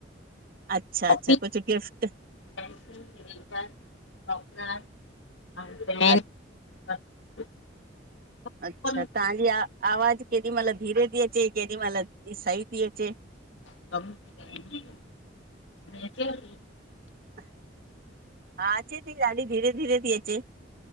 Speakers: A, on the right (about 50°); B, on the left (about 75°).
A: अच्छा
B: <unintelligible>
A: अच्छा कुझु गिफ्ट
B: <inaudible>
A: अ अच्छा
B: बचपन
A: तांजी आ आवाज केॾी महिल धीरे ती अचे केॾी महिल सही ती अचे
B: <unintelligible>
A: हा अचे ती ॾाढी धीरे धीरे ती अचे